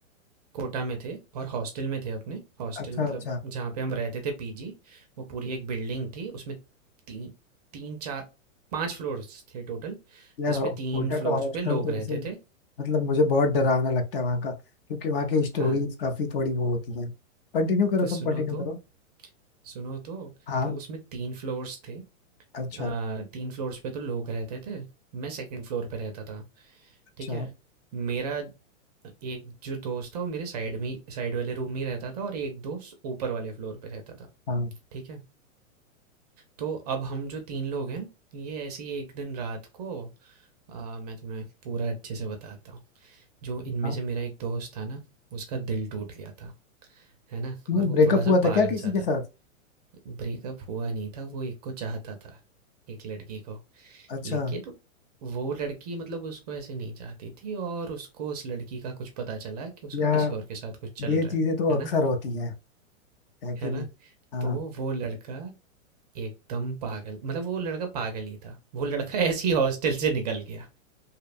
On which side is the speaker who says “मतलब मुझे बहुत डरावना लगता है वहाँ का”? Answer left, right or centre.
Left